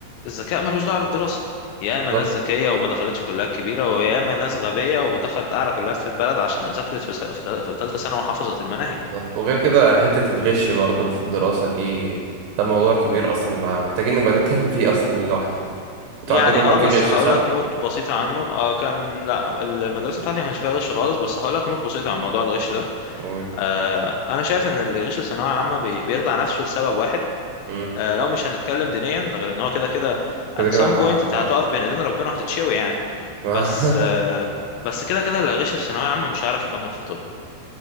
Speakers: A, on the left; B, on the right.
A: الذكاء ملوش دعوه بالدراسه ياما
B: بالظبط
A: ناس ذكيه وما دخلتش كليات كبيره وياما ناس غبيه ودخلت اعلى كليات في البلد عشان ذاكرت في س- في تالتة ثانوي وحفظت المناهج
B: بالظبط وغير كده حتة الغش برضو في الدراسة دي ده موضوع كبير أصلا بقى محتاجين نبقى نتكلم فيه أصلا لوحده أنتوا
A: يعني
B: عندكم كان
A: اه
B: في
A: بس
B: غش
A: هقول
B: صح؟
A: لك نوت بسيطة عنه آه كان لا المدرسة بتاعتي ما كانش فيها غش خالص بس هقول لك نوت بسيطة عن موضوع الغش ده
B: قول
A: آه انا شايف ان اللي غش الثانوية عامة بي- بيخدع نفسه لسبب واحد
B: مم.
A: آه لو مش هنتكلم دينيا ده غير ان هو كده كده
B: كده
A: at some
B: كده حرام
A: point انت
B: اه
A: هتقف بين ايدين ربنا وهتتشوي يعني
B: <laughs>
A: بس آه بس كده كده اللي غش في ثانوية عامة مش هيعرف يكمل في طب